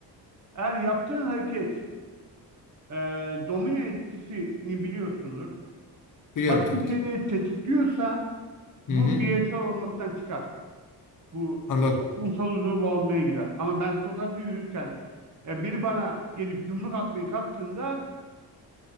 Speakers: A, on the right; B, on the left.
A: Eğer yaptığın hareket e, domino etkisini biliyorsundur.
B: Biliyorum
A: Başka
B: tabii
A: şeyleri
B: ki.
A: tetikliyorsa bu
B: Hı hı,
A: bireysel olmaktan çıkar. Bu
B: anladım.
A: toplumsal uzvu olmaya gider. Ama ben sokakta yürürken e, biri bana gelip yumruk atmaya kalktığında